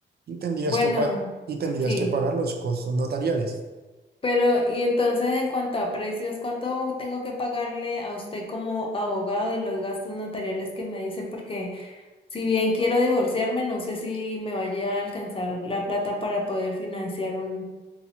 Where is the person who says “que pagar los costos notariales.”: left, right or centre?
Right